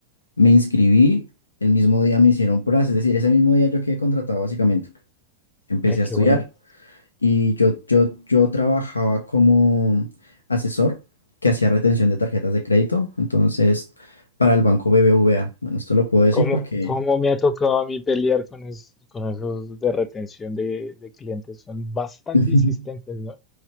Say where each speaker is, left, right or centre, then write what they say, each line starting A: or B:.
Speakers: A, on the left; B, on the left.
A: Me inscribí, el mismo día me hicieron pruebas, es decir, ese mismo día yo quedé contratado básicamente. Empecé
B: ve
A: a
B: qué
A: estudiar
B: bueno.
A: y yo, yo, yo trabajaba como asesor que hacía retención de tarjetas de crédito, entonces para el banco BBVA. Bueno, esto lo puedo decir
B: ¿Cómo,
A: porque...
B: cómo me ha tocado a mí pelear con, es- con esos de retención de, de clientes? Son bastante
A: <laughs>
B: insistentes, ¿no?